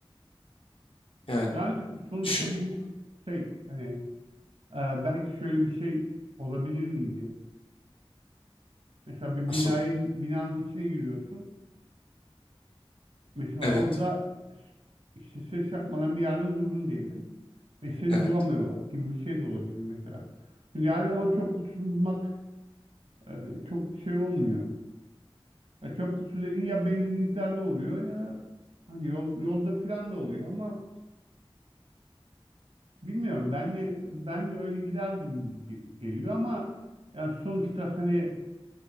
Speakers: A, on the left; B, on the right.
A: Yani
B: Yani sonuçta
A: düşün
B: bu şey hani e, belki şöyle bir şey olabilir miydi? Mesela bir
A: asıl.
B: binayın binanın içine giriyorsun. Mesela
A: Evet.
B: orada işte ses yapmadan bir yerde durdun diyelim. ve seni
A: Evet.
B: bulamıyorlar gibi bir şey de olabilir mesela. Çünkü her zaman çöp kutusunu bulmak e, çok şey olmuyor. Ya çöp kutusu dediğin ya benzinliklerde oluyor ya da hani yol, yolda filan da oluyor ama bilmiyorum. Ben de ben de öyle giderdim gibi ge- geliyor ama yani sonuçta hani